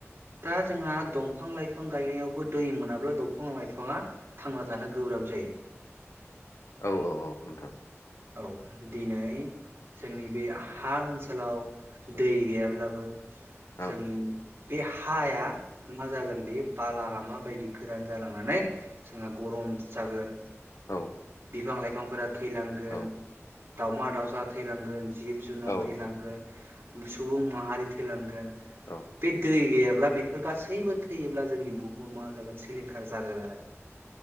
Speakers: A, on the right; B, on the left.
A: दा जोंहा दंफां लाइफां गायनायावबो दै मोनाब्ला दंफां लाइफाङा थांना थानो गोब्राब जायो।
B: औ औ औ नोंथां
A: औ दिनै जोंनि बे हा ओनसोलाव
B: औ
A: दै गैयाब्लाबो
B: औ
A: जोंनि बे हा हाया मा जागोन बे बालाहामा बायदि गोरान जालांनानै जोंहा गरम जागोन
B: औ
A: बिफां लाइफांफोरा थैलांगोन
B: औ औ
A: दावमा दावसा थैलांगोन जिब जुनार
B: औ नोंथां
A: थैलांगोन सुबुं माहारि थैलांगोन
B: औ
A: बि दै गैया ब्ला बेफोर गासैबो थैयोब्ला जोंनि बुहुमा मा जागोन सिलिंखार जागोन आरो